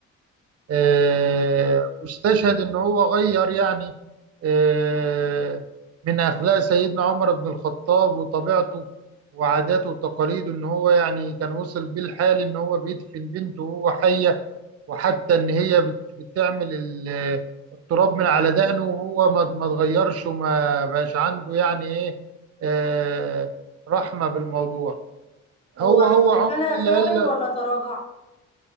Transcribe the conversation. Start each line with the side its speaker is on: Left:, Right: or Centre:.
Right: آه، واستشهد ان هو غير يعني آه، من اخلاق سيدنا عمر بن الخطاب وطبيعته وعاداته وتقاليده ان هو يعني كان وصل بيه الحال ان هو بيدفن بنته وهو حيه وحتى ان هي بت- بتعمل ال- التراب من على دقنه وهو ما ما اتغيرش وما بقاش عنده يعني ايه آه، رحمه بالموضوع هو
Left: هو
Right: هو عمر
Left: أنا فعلا
Right: اللي قال لا
Left: ولا تراجع